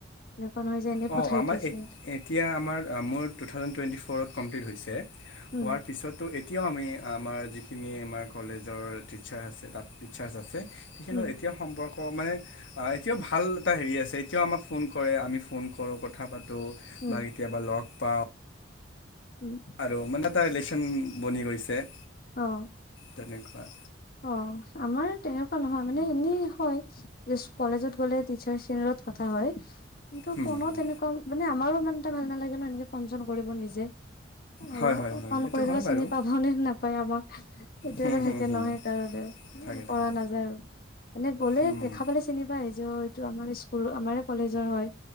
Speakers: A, on the left; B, on the left.
A: এনেকুৱা নহয় যে এনে
B: অঁ
A: পঠাই
B: আমাৰ
A: দিছে
B: এতিয়া আমাৰ মোৰ টু থাউজেণ্ড টুৱেণ্টি ফ'ৰত। কমপ্লিট হৈছে।
A: উম,
B: হোৱাৰ পিছতো এতিয়াও আমি আমাৰ যিখিনি আমাৰ কলেজৰ টিচাৰ আছে তাত টিচাৰছ আছে। সেইখিনত
A: উম,
B: এতিয়াও সম্পৰ্ক মানে এতিয়াও ভাল এটা হেৰি আছে এতিয়াও আমাক ফোন কৰে আমি। ফোন কৰো কথা পাতো। ত
A: উম,
B: বা কেতিয়াবা লগ পাওঁ।
A: উম,
B: আৰু মানে এটা ৰিলেশ্যন বনি গৈছে।
A: অ
B: তেনেকুৱা
A: অ আমাৰ তেনেকুৱা নহয় মানে এনেই হয় কলেজত গলে টিচাৰ চেনেলত কথা হয়। কিন্তু
B: হুম,
A: ফোনত
B: হুম।
A: এনেকুৱা মানে আমাৰো ইমান এটা ভাল নালাগে ন এনেকে ফন চন কৰিব নিজে। আৰু
B: হয় হয় হয়
A: ফোন
B: সেইটো
A: কৰি
B: হয়
A: দব
B: বাৰু
A: চিনি পাব নে নাপায় আমাৰ এইটো
B: হুম,
A: এটা
B: হুম,
A: থাকে
B: হুম।
A: নহয়। কৰা
B: থাকে থাকে
A: নাযায় আৰু এনে গ'লে
B: হুম,
A: দেখা পালে চিনি পাই যে আমাৰ স্কুল আমাৰে কলেজৰ হয়